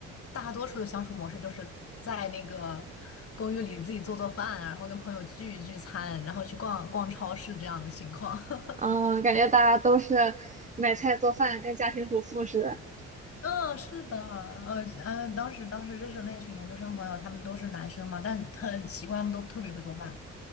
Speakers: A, on the left; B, on the right.
A: 大多数的相处模式就是在那个公寓里自己做做饭啊然后跟朋友聚一聚餐，然后去逛逛超市这样的情况。<laughs>
B: 嗯，感觉大家都是买菜做饭，跟家庭主妇似的。
A: 嗯，是的，呃呃，当时当时认识的那群研究生朋友，他们都是男生嘛，但很奇怪，他们都特别会做饭。